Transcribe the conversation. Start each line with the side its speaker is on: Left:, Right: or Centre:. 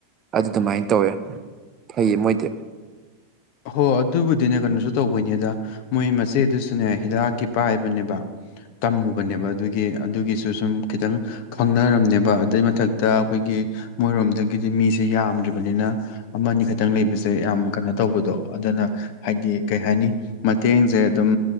Right: ꯑꯗꯨꯃꯥꯏꯅ ꯇꯧꯋꯦ ꯐꯩꯌꯦ ꯃꯣꯏꯗꯤ
Left: ꯍꯣ ꯑꯗꯨꯕꯨꯗꯤꯅꯦ ꯀꯩꯅꯣꯁꯨ ꯇꯧꯕꯅꯤꯗ ꯃꯣꯏ ꯃꯆꯦꯗꯨꯁꯨꯅꯦ ꯍꯤꯗꯥꯛꯀꯤ ꯄꯥꯏꯕꯅꯦꯕ ꯇꯝꯃꯨꯕꯅꯦꯕ ꯑꯗꯨꯒꯤ ꯑꯗꯨꯒꯤꯁꯨ ꯁꯨꯝ ꯈꯤꯇꯪ ꯈꯪꯅꯔꯝꯅꯦꯕ ꯑꯗꯨꯏ ꯃꯊꯛꯇ ꯑꯩꯈꯣꯏꯒꯤ ꯃꯣꯏꯔꯣꯝꯗꯒꯤꯗꯤ ꯃꯤꯁꯦ ꯌꯥꯝꯗ꯭ꯔꯤꯕꯅꯤꯅ ꯑꯃꯅꯤ ꯈ ꯈꯤꯇꯪ ꯂꯩꯕꯁꯦ ꯌꯥꯝ ꯀꯩꯅꯣ ꯇꯧꯕꯗꯣ ꯑꯗꯨꯅ ꯍꯥꯏꯗꯤ ꯀꯩ ꯍꯥꯏꯅꯤ ꯃꯇꯦꯡꯁꯦ ꯑꯗꯨꯝ